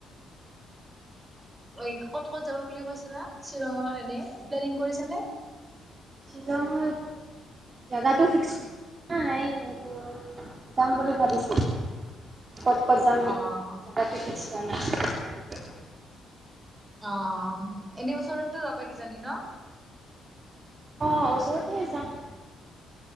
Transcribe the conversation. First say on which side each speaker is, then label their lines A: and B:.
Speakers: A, on the right; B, on the right.
A: অ ক'ত ক'ত যাব বুলি কৈছিলা শ্বিলঙৰ এনে প্লেনিং কৰিছে নে
B: শ্বিলঙৰ জেগাটো ফিক্স নাই কিন্তু যাম বুলি ভাবিছো। ক'ত ক'ত যাম জেগাটো
A: অ',
B: ফিক্স হোৱা নাই এতিয়ালৈকে
A: অ এনে ওচৰতটো যাবা কিজানি ন?
B: অ ওচৰতে যাম।